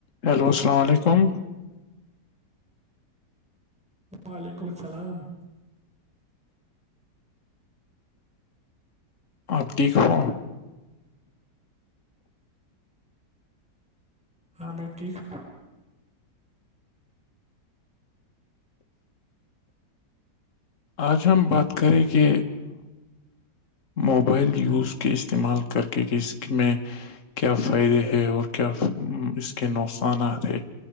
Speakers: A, on the left (about 45°); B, in the centre.
A: Hello السلام علیکم
B: وعلیکم السلام
A: آپ ٹھیک ہو ہاں
B: میں
A: بی
B: ٹھیک ہوں
A: آج ہم بات کریں کہ موبائل یوز کے استعمال کر کے کہ اس میں کیا فائدے ہے اور کیا اس کے نقصانات ہے